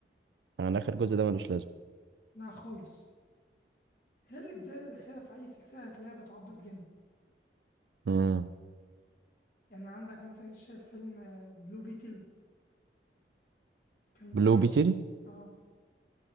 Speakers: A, on the right; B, on the left.
A: يعني اخر جزء ده ملوش لازمه
B: لا خالص هي الأجزاء الأخيرة في أي سلسلة هتلاقيها بتعبط جامد
A: امم
B: يعني عندك مثلا شايف فيلم آه، بلو بيتل كان وحش
A: بلو بيتل
B: اه